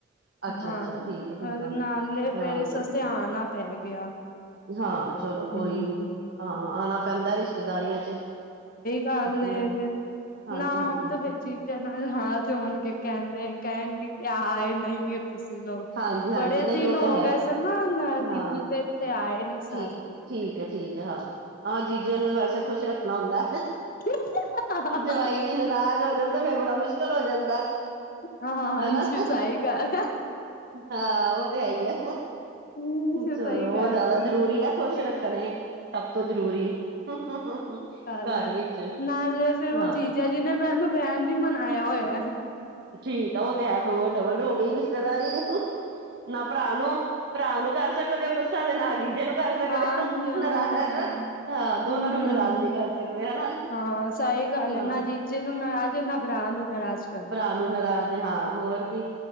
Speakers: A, on the right; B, on the left.
A: ਅੱਛਾ-ਅੱਛਾ
B: ਹਾਂ
A: ਠੀਕ ਆ ਠੀਕ ਆ
B: ਨਾਲੇ
A: ਹਾਂ
B: ਫੇਰ ਇਸ
A: ਚਲੋ
B: ਵਸਤੇ ਆਨਾ ਪੈ ਗਿਆ
A: ਹਾਂ
B: ਇੱਥੇ।
A: ਚਲੋ
B: ਹੂੰ।
A: ਕੋਈ ਨੀ, ਹਾਂ ਆਣਾ ਪੈਂਦਾ ਰਿਸ਼ਤੇਦਾਰੀਆਂ 'ਚ।
B: ਕੱਲ
A: ਆਪਣੀਆਂ
B: ਏ ਫੇਰ
A: ਹਾਂਜੀ-ਹਾਂਜੀ,
B: ਨਾ ਓ ਤਾਂ ਫਿਰ ਜੀਜਾ ਨਾਲ ਹਾਲ ਜੋਨਗੇ ਕਹਿੰਦੇ ਕਹਿਨਗੇ <unintelligible> ਆਏ ਨੀ ਐ ਤੁਸੀਂ ਲੋਗ,
A: ਹਾਂਜੀ-ਹਾਂਜੀ
B: ਬੜੇ
A: ਨਹੀਂ
B: ਦਿਨ
A: ਉਹ
B: ਹੋ
A: ਤੇ ਹੈ
B: ਗਏ ਸਨ ਨਾ ਦੀਦੀ
A: ਹਾਂ
B: ਤੇ ਏਥੇ ਆਏ ਨੀ ਸਾਂ
A: ਠੀਕ
B: ਅਸੀਂ।
A: ਹੈ, ਠੀਕ ਐ, ਠੀਕ ਐ ਹਾਂ ਆਹ ਜੀਜਿਆਂ ਨੂੰ ਵੈਸੇ ਖੁਸ਼ ਰੱਖਣਾ ਹੁੰਦਾ।
B: <inaudible> <unintelligible>
A: ਜਵਾਈ ਜੀ ਨਾਰਾਜ਼ ਹੋ ਜਾਣ ਤੇ ਫੇਰ ਬੜਾ ਮੁਸ਼ਕਿਲ ਹੋ ਜਾਂਦਾ।
B: ਹਾਂ
A: ਹਨਾ
B: ਸਈ ਗੱਲ
A: ਹਾਂ ਓ ਤੇ ਹੈ ਈ ਐ,
B: ਹੂੰ ਸਹੀ
A: ਚਲੋ
B: ਗੱਲ।
A: ਓ ਜਾਦਾ ਜ਼ਰੂਰੀ ਐ ਖੁਸ਼ ਰੱਖਣੇ। ਸਭ ਤੋਂ ਜਰੂਰੀ, ਘਰ
B: ਸਹੀ ਗੱਲ ਹੈ
A: ਵਿੱਚ।
B: ਨਾਲੇ ਫੇਰ ਓ
A: ਹਾਂ
B: ਜੀਜਾ ਜੀ ਨੇ ਮੈਨੂੰ ਬਹਿਨ ਵੀ ਮਨਾਇਆ ਹੋਇਆ।
A: ਠੀਕ ਆ ਉਹ ਤੇ ਹੈ ਫਿਰ ਉਹ ਡਬਲ ਹੋ ਗਈ ਰਿਸ਼ਤੇਦਾਰੀ ਨਾ ਭਰਾ ਨੂੰ ਭਰਾ ਨੂੰ ਕਰ ਸਕਦੇ ਹੋ ਗੁੱਸਾ ਤੇ ਨਾ ਜੀਜੇ ਨੂੰ। ਕਰ ਸਕਦੇ
B: ਹਾਂਜੀ
A: ਹਾਂ,
B: ਹਾਂਜੀ
A: ਨਾਰਜ਼ <unintelligible> ਹਾਂ ਦੋਨਾਂ
B: ਹੂੰ
A: ਨੂੰ
B: ਹੂੰ
A: ਨਾਰਾਜ਼ ਨੀ ਕਰ ਸਕਦੇ ਹਨਾ।
B: ਹਾਂ ਸਹੀ ਗੱਲ
A: ਹਾਂ।
B: ਏ, ਨਾ ਜੀਜੇ ਨੂੰ ਨਾਰਾਜ਼ ਨਾ ਬਰਾ ਨੂੰ ਨਾਰਾਜ਼ ਕਰ
A: ਭਰਾ ਨੂੰ ਨਰਾ ਦੇ ਹਾਂ ਹੋਰ ਕੀ